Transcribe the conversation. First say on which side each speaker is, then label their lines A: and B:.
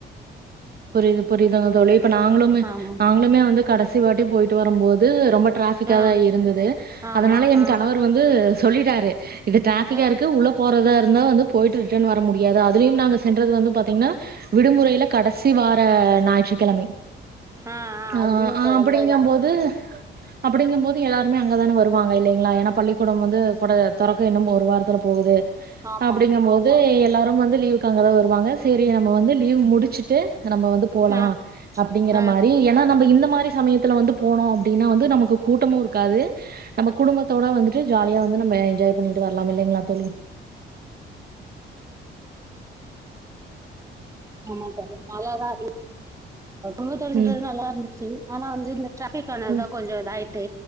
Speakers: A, on the right; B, on the right.
A: புரிய்து புரிய்தங்க தோழி இப்ப நாங்ளுமே
B: ஆமாம்
A: நாங்ளுமே வந்து கடஸ் சிவாட்டி போயிட்டு வரம்போது ரொம்ப ட்ராபிக்கா
B: ஆ
A: தா இருந்தது
B: ஆமாம்
A: அதனால என்
B: ஆ
A: கணவர் வந்து சொல்லிட்டாரு இது ட்ரேஃபிக்கா
B: ஆ
A: இருக்கு உள்ள போறத இருந்த வந்து போயிட்டு ரிட்டன் வர முடியாது அதுலியும் நாங்க சென்றது வந்து பாத்தீங்னா விடுமுறைல கடசி வார ஞாயிற்றுக்கெழமை
B: ஆ ஆ
A: அ
B: அது இன்னும்
A: அப்படிங்கபோது
B: ரொம்ப இதாக இருக்கும்
A: அப்படிங்கம்போது எல்லாருமே அங்க தான வருவாங்க இல்லைங்ளா ஏனா பள்ளிக்கூடம் வந்து கொட தொறக்க இன்னும் ஒரு வாரத்துல போகுது
B: ஆமாம்
A: அப்டிங்கம்போது எல்லாரும் வந்து லீவுக்கு அங்க தா வருவாங்க சேரி நம்ம வந்து லீவ் முடுச்சுட்டு நம்ப வந்து போலா
B: ஆ
A: அப்டிங்கிற
B: ஆ
A: மாரி ஏன்னா நம்ப இந்த மாரி சமயத்துல வந்து போனோ அப்டினா வந்து நமக்கு கூட்டமும் இருக்காது நம்ப குடுமத்தோட வந்துட்டு ஜாலியா வந்து நம்ப என்ஜாய் பண்ணிட்டு வர்லாம் இல்லைங்ளா தோழி
B: ஆமா தோழி மல தா <unintelligible> <unintelligible> சென்றது
A: ம்
B: நல்லார்ந்துச்சு ஆனா வந்து இந்த ட்ரபிக் ஆனதுதா
A: ம்
B: கொஞ்சொ இதாயிட்டு